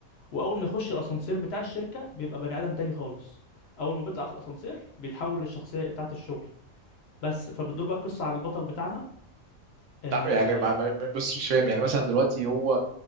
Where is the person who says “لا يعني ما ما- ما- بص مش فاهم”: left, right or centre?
Right